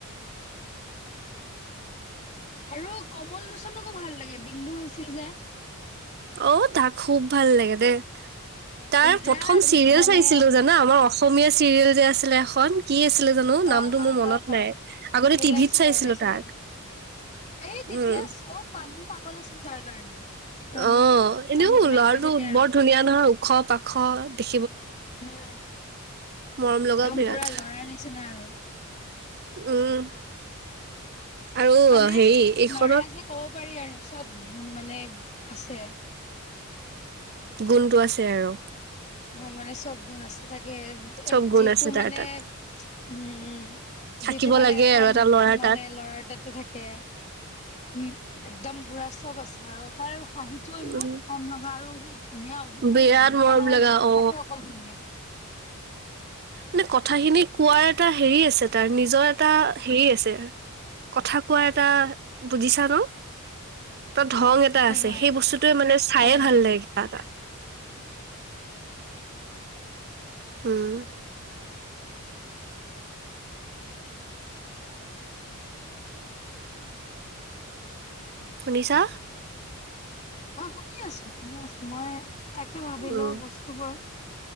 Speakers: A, on the left; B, on the right.
A: আৰু কমল লোচনকো ভাল ভাল লাগে, বিল্লু হৈছিল যে।
B: অঔ তাক খুব ভাল লাগে দে।
A: <inaudible>
B: তাৰ
A: বিৰাট
B: প্ৰথম চিৰিয়েল
A: মানে
B: চাইছিলো জানা, আমাৰ অসমীয়া চিৰিয়েল যে আছিলে এখন। কি আছিলে জানো?
A: অ
B: নামতটো
A: অ
B: মোৰ
A: হয়
B: মনত
A: হয়
B: নাই, আগতে
A: ওলাইছিলে
B: টিভিত চাইছিলো
A: ওলাইছিলে
B: তাক।
A: এই তেতিয়া
B: উম
A: চব মানুহ পাগল আছিল তাৰ কাৰণে। একদম
B: অ এনেও
A: আহি পিনে
B: লৰাটো
A: কৈ থাকে আৰু
B: বৰ ধুনীয়া নহয় ওখ পাখ দেখ
A: একদম
B: মৰম লগা বিৰাট
A: পুৰা লৰাৰ নিচিনা আৰু
B: উম। আৰু
A: মানে
B: হেৰি এইখনত
A: লৰা যে ক'ব পাৰি আৰু চব উ মানে আছে।
B: গুণটো আছে আৰু।
A: অ' মানে চব গুণ আছে, টাকে
B: চব গুণ
A: যিটো
B: আছে
A: মানে
B: তাৰ তাত
A: উম
B: থাকিব
A: যিটো মানে
B: লাগে
A: এটা
B: আৰু ল'ৰাৰ
A: মানে
B: তাত
A: ল'ৰাৰ এটাত এটো থাকে। উম একদম পুৰা চব আছে আৰু তাৰ হাঁহিটোও ইমান
B: উম
A: মৰম লগা আৰু সি ধুনীয়া অভিনয়ো
B: বিৰাট
A: কৰে এনেকুৱা
B: মৰম
A: নহয়
B: লগা
A: যে দেখাতে
B: অ
A: অকল ধুনীয়া।
B: মানে কথাখিনি কোৱাৰ এটা হেৰি আছে তাৰ নিজৰ এটা হেৰি আছে কথা কোৱা এটা বুজিছা ন? তাত ধং এটা
A: হয়,
B: আছে,
A: হয়,
B: সেই বস্তুটোৱে মানে চায়ে
A: হয়,
B: ভাল
A: হয়।
B: লাগে কিবা এটা। হ'ম। শুনিছা?
A: অ শুনি আছো শুনি আছো মই তাকে ভাবিলো
B: উম
A: বস্তুবোৰ